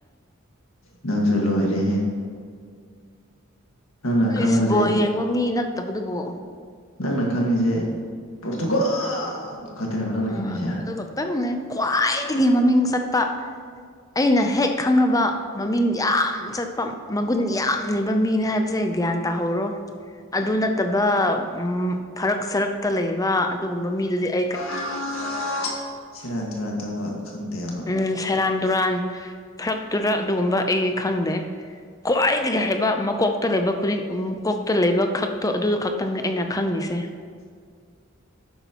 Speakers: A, on the left; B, on the left.
A: ꯅꯪꯁꯨ ꯂꯣꯏꯔꯦꯍꯦ ꯅꯪꯅ
B: ꯑꯩꯁ
A: ꯈꯪꯕꯁꯦ
B: ꯕꯣꯜ ꯌꯦꯡꯕ ꯃꯤ ꯅꯠꯇꯕꯗꯨꯕꯨ
A: ꯅꯪꯅ ꯈꯪꯉꯤꯖꯦ ꯄꯣꯔꯇꯨꯒꯜ ꯈꯛꯇꯅꯦꯕ ꯅꯪꯅ
B: ꯑ
A: ꯈꯪꯉꯤꯁꯦ
B: ꯑꯗꯨ ꯈꯛꯇꯪꯅꯦ ꯈ꯭ꯋꯥꯏꯗꯒꯤ ꯃꯃꯤꯡ ꯆꯠꯄ ꯑꯩꯅ ꯍꯦꯛ ꯈꯪꯉꯕ ꯃꯃꯤꯡ ꯌꯥꯝ ꯆꯠꯄ ꯃꯒꯨꯟ ꯌꯥꯝ ꯂꯩꯕ ꯃꯤꯅꯤ ꯍꯥꯏꯕ__ ꯕꯁꯦ ꯒ꯭ꯌꯥꯟ ꯇꯥꯍꯧꯔꯣ
A: <inaudible>
B: ꯑꯗꯨ ꯅꯠꯇꯕ ꯎꯝ ꯐꯔꯛ ꯁꯔꯛꯇ ꯂꯩꯕ ꯑꯗꯨꯒꯨꯝꯕ ꯃꯤꯗꯨꯗꯤ ꯑꯩ__
A: <unintelligible> ꯁꯦꯔꯥꯟ ꯇꯨꯔꯥꯟ ꯇꯧꯕ ꯈꯪꯗꯦꯕ
B: ꯎꯝ ꯁꯦꯔꯥꯟ ꯇꯨꯔꯥꯟ ꯐꯔꯛ ꯇꯨꯔꯛ ꯑꯗꯨꯒꯨꯝꯕ ꯑꯩ ꯈꯪꯗꯦ ꯈ꯭ꯋꯥꯏꯗꯒꯤ ꯍꯩꯕ ꯃꯀꯣꯛꯇ ꯂꯩꯕ ꯈꯨꯗꯤꯡ ꯃꯀꯣꯛꯇ ꯂꯩꯕ ꯈꯛꯇꯣ ꯑꯗꯨꯗ ꯈꯛ ꯇꯪꯅꯦ ꯑꯩꯅ ꯈꯪꯉꯤꯁꯦ
A: <inaudible>